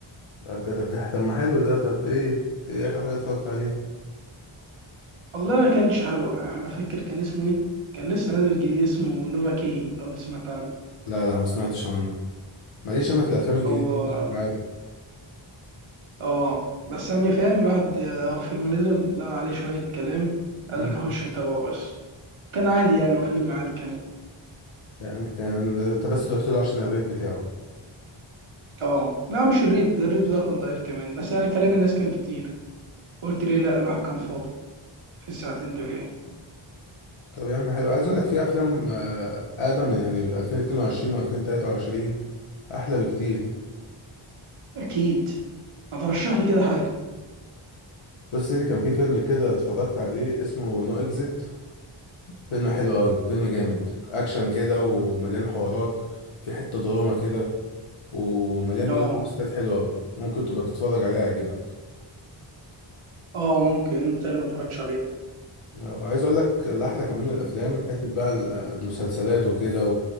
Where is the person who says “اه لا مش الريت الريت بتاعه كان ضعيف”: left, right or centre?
Right